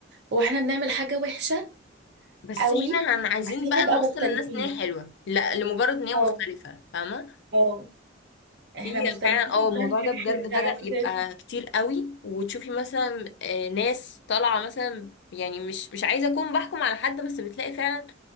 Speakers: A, on the right; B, on the left.
A: هو احنا بنعمل حاجة وحشة
B: بس
A: قوي
B: احنا هن عايزين
A: عشان
B: بقى
A: نبقى
B: نوصل
A: مختلفين
B: الناس ان هي حلوة لا لمجرد ان هي
A: اه
B: مختلفة فاهمة
A: اه
B: في
A: احنا مختلفين
B: فعلا اه
A: وبنعمل
B: الموضوع
A: حاجة
B: ده بجد
A: حلوة
B: بدأ
A: لا على فكرة
B: يبقى
A: انت
B: كتير قوي وتشوفي مثلا آه، ناس طالعة مثلا يعني مش مش عايزة أكون بحكم على حد بس بتلاقي فعلا